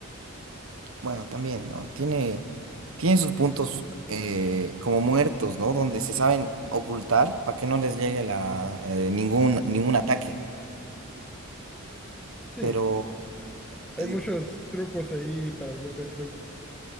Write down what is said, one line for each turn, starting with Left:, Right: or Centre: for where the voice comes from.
Right: Bueno, también, ¿no? Tiene, tiene sus puntos eh, como muertos, ¿no? Donde se saben ocultar para que no les llegue la, eh, ningún, ningún ataque.
Centre: Sí,
Right: Pero
Centre: hay
Right: eh,
Centre: muchos trucos ahí para el Metal Slug.